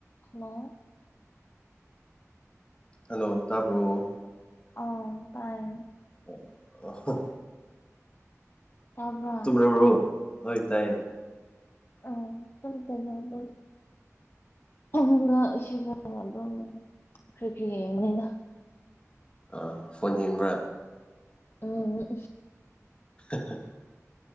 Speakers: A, on the left (about 45°); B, on the left (about 20°).
A: hello
B: hello ꯇꯥꯕ꯭ꯔꯣ
A: ꯑꯣ ꯄꯥꯏ
B: ꯑꯣ ꯑꯣ
A: ꯇꯥꯕ꯭ꯔꯥ
B: ꯇꯨꯝ꯭ꯔꯕ꯭ꯔꯣ ꯑꯣꯏꯣꯏ ꯇꯥꯏꯌꯦ
A: ꯑ ꯇꯝ ꯆ ꯑꯗꯨ ꯑꯩꯉꯣꯟꯗ ꯏ ꯑꯗꯨꯝ ꯀꯔꯤ ꯀꯔꯤ ꯌꯦꯡꯕꯅꯤꯅ
B: ꯑꯥ ꯐꯣꯟ ꯌꯦꯡꯕ꯭ꯔꯥ
A: ꯎꯝ ꯎ
B: ꯍ